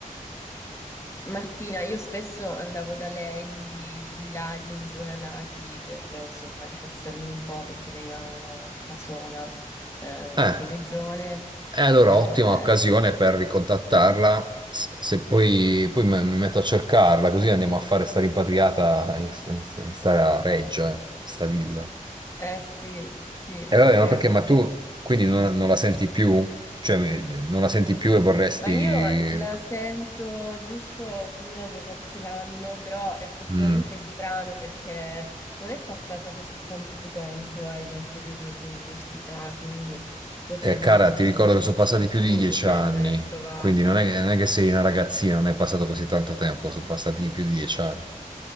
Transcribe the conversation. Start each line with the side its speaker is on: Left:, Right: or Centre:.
Left: Martina, io spesso andavo da lei sui laghi, in zona laghi, per eh, insomma rilassarmi un po', perché lei ha una casona eh,
Right: Eh,
Left: in quelle zone.
Right: e allora
Left: Eh,
Right: ottima occasione per ricontattarla, se se poi, poi me- mi metto a cercarla, così andiamo a fare sta rimpatriata in, st- in st- in sta reggia, eh, in sta villa.
Left: Eh sì, sì,
Right: E vabbè,
Left: potremmo.
Right: ma perché, ma tu quindi non,
Left: Eh.
Right: non la senti più? Cioè, me- me- non la senti più e vorresti...
Left: Ma io la sento giusto una o due volte l'anno, però effettivamente
Right: Mm.
Left: è strano perché non è passato così tanto tempo, eh, dal periodo dell'università, quindi potremmo
Right: Eh, cara,
Left: anche
Right: ti ricordo
Left: sentirci
Right: che sono passati
Left: di
Right: più
Left: più,
Right: di dieci
Left: potrei
Right: anni,
Left: andare a trovarla.
Right: quindi non è, che non è che sei una ragazzina, non è passato così tanto tempo, sono passati più di dieci anni.